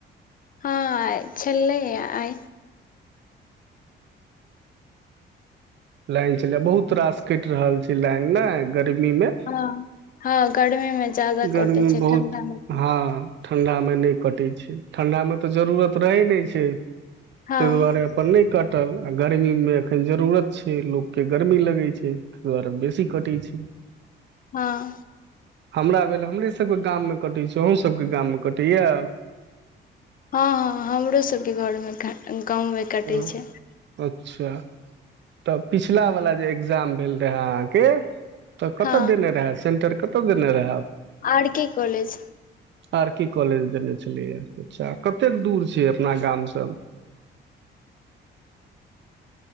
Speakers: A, on the left (about 45°); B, on the right (about 65°).
A: हँ छले आइ
B: लाइन चल बहुत रास कटि रहल छै लाइन ने गर्मी मे
A: हँ हँ गर्मीमे ज्यादा
B: गर्मी
A: कटैत
B: मे
A: छै
B: बहुत
A: ठण्डा मौसम
B: हँ ठंडा मे नहि कटै छै ठंडा मे तऽ जरूरत रहै नहि छै
A: हँ
B: त दुआरे अपन नहि कटल आ गर्मीमे एखन जरूरत छै लोकके गर्मी लगैत छै ताहि दुआरे बेसी कटी छै
A: हँ
B: हमरा भेल हमर सबके गाम मे कटै छी अहँ सबके गाम मे कटैया
A: हँ हँ हमरो सबके घरमे गाँवमे कटै
B: ह
A: छै
B: अच्छा तऽ पिछला वला जे एग्जाम भेल रहे अहाँके तऽ कत
A: हँ
B: देने रहे सेंटर कत कत देने रहै
A: R K college
B: R K college देने छलिय अच्छा कतेक दूर छै अपना गामसँ
A: <inaudible>